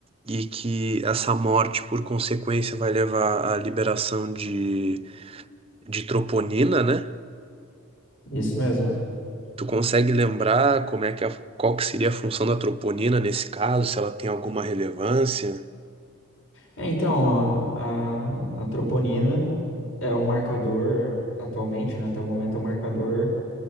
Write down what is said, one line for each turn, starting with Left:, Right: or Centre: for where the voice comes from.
Right: E que essa morte, por consequência, vai levar à liberação de, de troponina, né?
Left: Isso mesmo.
Right: Tu consegue lembrar como é que a, qual que seria a função da troponina nesse caso, se ela tem alguma relevância?
Left: É, então, a, a, a troponina é o marcador atualmente, né? Até o momento é o marcador